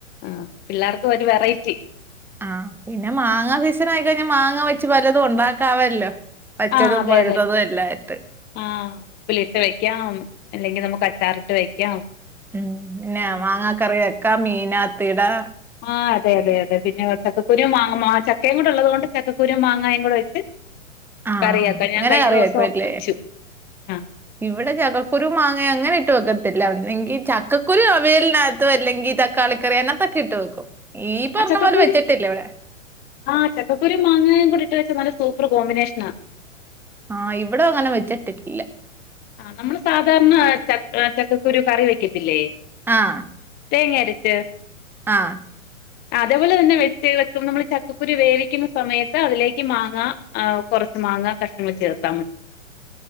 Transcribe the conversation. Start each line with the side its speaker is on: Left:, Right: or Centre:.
Left: ആഹ് പിള്ളാർക്കും ഒരു വെറൈറ്റി
Centre: ആഹ് പിന്നെ മാങ്ങാ സീസെൻ ആയിക്കഴിഞ്ഞാ മാങ്ങ വെച്ച് പലതും ഉണ്ടാക്കാവല്ലോ പച്ചതും
Left: ആഹ് അതെ
Centre: പഴുത്തതും
Left: അതെ
Centre: എല്ലാം ആയിട്ട്
Left: ആഹ് ഉപ്പിലിട്ട് വെക്കാം അല്ലെങ്കി നമുക്ക് അച്ചാറിട്ട് വെക്കാം
Centre: ഉം പിന്നെ
Left: ഉം
Centre: മാങ്ങ
Left: അങ്ങനെ
Centre: കറി വെക്കാം മീന് അകത്ത് ഇടാം
Left: ആഹ് അതെ അതെ അതെ പിന്നെ <unintelligible> ചക്കകുരും മാങ്ങ മാ ചക്കെം കൂടെ ഉള്ളത് കൊണ്ട് ചക്കകുരും മാങ്ങയും കൂടെ വെച്ച്
Centre: ആഹ്
Left: കറിയാക്ക ഞാൻ
Centre: അങ്ങനെ
Left: കഴിഞ്ഞ
Centre: കറി
Left: ദുവ്സം
Centre: വെക്കുവല്ലേ?
Left: വെച്ചു ആഹ്
Centre: ഇവിടെ ചക്കക്കുരു മാങ്ങയും അങ്ങനെ ഇട്ട് വെക്കത്തില്ലാ ഒന്നെങ്കി ചക്കുരു അവിയലിന് അക ത്തോ അല്ലെങ്കി തക്കാളിക്കറി കറി അയിന് അകത്ത് ഒക്കെ ഇട്ട് വെക്കും ഈ പർണ
Left: ആ ചക്കക്കുരു
Centre: പോലെ വെച്ചിട്ടില്ലാ ഇവടെ
Left: ആഹ് ചക്ക കുരും മാങ്ങയും കൂടി ഇട്ടു വെച്ചാ നല്ല സൂപ്പർ കോമ്പിനേഷ്നാ
Centre: ആഹ് ഇവടെ അങ്ങനെ വെച്ച്ട്ട് ഇല്ലാ
Left: ആഹ് നമ്മൾ സാധാരണ ച ചക്കകുരു കറി വെക്കത്തില്ലേ?
Centre: ആഹ്
Left: തേങ്ങ അരച്ചോ
Centre: ആഹ്
Left: അതേപോലെ തന്നെ വെച്ച് വെക്കും നമ്മള് ച ചക്കക്കുരു വേവിക്കുന്ന സമയത്ത് അതിലേക്ക് മാങ്ങാ കുറച്ച് മാങ്ങ കഷ്ണങ്ങൾ ചേർത്താൽ മതി